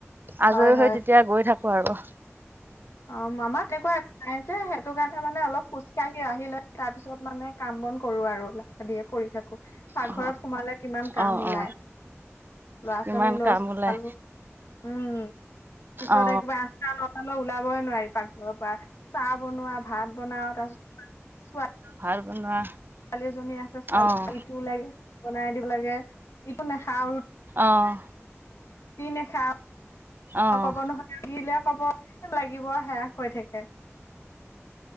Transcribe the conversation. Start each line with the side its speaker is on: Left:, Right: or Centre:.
Right: আজৰি
Left: হয় হয়
Right: হৈ তেতিয়া গৈ থাকো আৰু
Left: অ মামা এককুৱা নাই। যে সেইটো কাৰণে মানে অলপ খোজ কঢ়ি আহিলৈ তাৰপিছত মানে কাম বন কৰো আৰুলিয়ে কৰি থাকো। পাকঘৰত
Right: অ
Left: সোমালে কিমান কাম
Right: অ
Left: ওলাই।
Right: অ
Left: লৰা
Right: কিমান
Left: ছোৱালী লৈ
Right: কাম
Left: চা
Right: ওলাই
Left: ভালবোৰ উম পিছত
Right: অ
Left: একবাৰে আঠটা নটা। ওলাবই নোৱাৰি পাকঘৰৰ পৰা চাহ বনোৱা ভাত বনাও তাৰ পিছত
Right: ভাৰ বনোৱা
Left: ছোৱালী এজনী আছে ছোৱালী
Right: অঁ
Left: ইটো লাগে বনাই দিব লাগে ইটো নাখাও ৰুটি
Right: অঁ
Left: নখা
Right: অঁ
Left: ক'ব নহয়িলাক হব লাগিব হোস হৈ থাকে